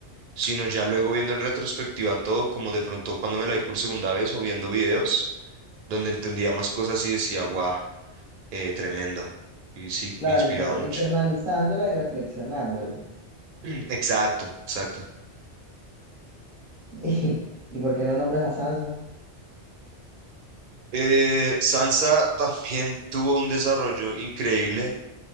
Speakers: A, on the right; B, in the centre.
A: sino ya luego viendo en retrospectiva todo, como de pronto cuando me la vi por segunda vez o viendo videos donde entendía más cosas y decía, guau, eh, tremendo. Y sí,
B: Claro,
A: me inspiraba
B: inter-
A: mucho.
B: internalizándola y reflexionándola.
A: Mm. Exacto, exacto.
B: <laughs> ¿Y por qué no nombres a Sansa?
A: Eh, Sansa <laughs> también tuvo un desarrollo increíble,